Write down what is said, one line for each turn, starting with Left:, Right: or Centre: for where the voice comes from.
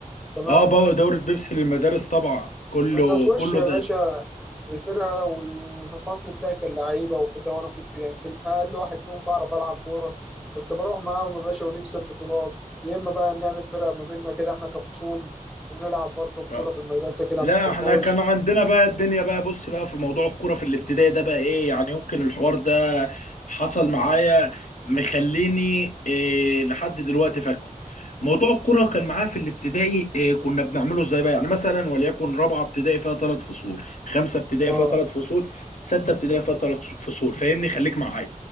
Centre: تمام
Left: أه بقى دورة بيبسي للمدارس طبعا كله
Centre: كنا نخش
Left: كله
Centre: يا باشا الفرقة والفصل بتاعي كان لعيبة وكده وأنا كنت يعني كان أقل واحد فيهم بعرف ألعب كورة كنت بروح معاهم يا باشا ونكسب بطولات يا إما بقى نعمل فرقة ما بيننا كده إحنا كفصول ونلعب برضه بطولة
Left: ده
Centre: في المدرسة كده
Left: لا
Centre: في الحوش
Left: احنا كان عندنا بقى الدنيا بقى بص بقى في موضوع الكوره في الابتدائي ده بقى ايه يعني يمكن الحوار ده حصل معايا مخليني إيه لحد دلوقتي فاكره موضوع الكوره كان معايا في الابتدائي إيه كنا بنعمله ازاي بقى يعني مثلا وليكن رابعه ابتدائي فيها ثلاث فصول خمسه ابتدائي
Centre: آه
Left: فيها ثلاث فصول سته ابتدائي فيها ثلاث فصول فاهمني خليك معايا